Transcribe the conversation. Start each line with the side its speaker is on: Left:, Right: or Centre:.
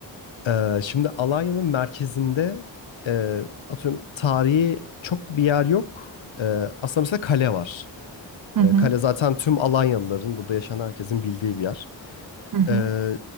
Left: Ee, şimdi Alanya'nın merkezinde e, atıyorum tarihi çok bir yer yok. Ee, aslında mesela kale var.
Right: Hı
Left: Ee,
Right: hı.
Left: kale zaten tüm Alanyalıların, burada yaşayan herkesin bildiği bir yer.
Right: Hı hı.
Left: Ee,